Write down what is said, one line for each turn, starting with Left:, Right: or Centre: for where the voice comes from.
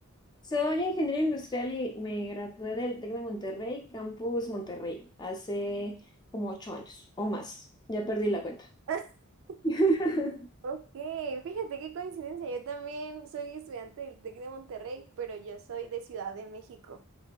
Left: Soy ingeniero industrial y me gradué del TEC de Monterrey, Campus Monterrey, hace como ocho años o más. Ya perdí la cuenta.
Right: <laughs>
Left: <laughs>
Right: Ok, fíjate qué coincidencia. Yo también soy estudiante del TEC de Monterrey, pero yo soy de Ciudad de México.